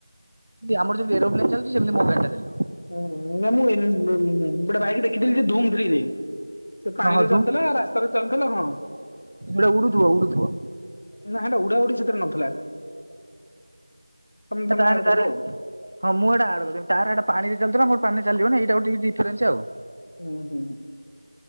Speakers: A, on the right (about 55°); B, on the left (about 55°).
A: ଆମର ଯେମିତି ଏରୋପ୍ଲେନ ଚାଲୁଚି, ସେମିତି ମୋବଇଲ ଟା ଚାଲି ଯିବ।
B: ହଁ ନା ମୁଁ ଗୋଟେ ବାଇକ ଦେଖିଥିଲି ଧୁମ ଥ୍ରୀ ରେ। ସେ ପାଣିରେ
A: ହଁ ହଁ
B: ଚାଲୁଥିଲା, ରାସ୍ତାରେ ଚାଲୁଥିଲା ହଁ।
A: ଏଟା ଉଡୁଥିବ, ଉଡ଼ୁଥିବ
B: ନା ହେଟା ଉଡା ଉଡି ନଥିଲା। ତମେ ତମେ
A: ତାରେ,
B: ଆଡ କରିବ
A: ତାରେ
B: ଆଉ
A: ହଁ ମୁଁ ଏଟା ଆଡ କରି ତାର ହେଟା ପାଣି ଚାଲୁଥିଲା ମର ପାନେ ଚାଲିବ ନା ଏଇଟା ଟିକେ ଡିଫରେନ୍ସ ଆଉ।
B: ହୁଁ ହୁଁ।